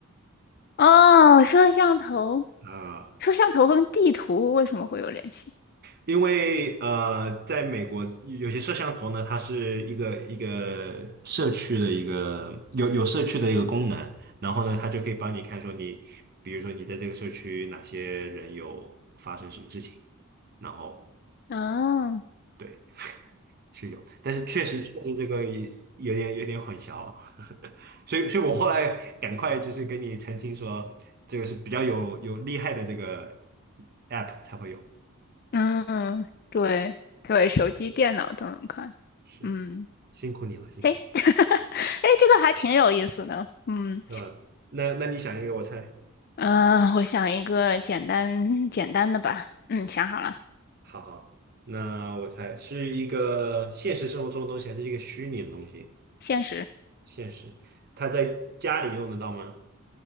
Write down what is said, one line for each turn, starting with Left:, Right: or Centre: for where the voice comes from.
Left: 哦，摄像头，
Right: 啊、
Left: 摄像头跟地图为什么会有联系？
Right: 因为呃，在美国有些摄像头呢，它是一个一个社区的一个有有社区的一个功能，然后呢，它就可以帮你看说你，比如说你在这个社区哪些人有发生什么事情，然后
Left: 哦，
Right: 对是有，但是确实确实这个也有点有点混淆，所以所以我后来赶快就是跟你澄清说，这个是比较有有厉害的这个 app 才会有，对，
Left: 嗯，对对，手机、电脑都能看。
Right: 是
Left: 嗯，
Right: 辛苦你了，辛苦你
Left: 嘿，<laughs> 哎，这个还挺有意思的。嗯，
Right: 是吧？那那你想一个，我猜。
Left: 呃，我想一个简单简单的吧。嗯，想好了，
Right: 好好，那我猜是一个现实生活中的东西，还是一个虚拟的东西？
Left: 现实。
Right: 现实，它在家里用得到吗？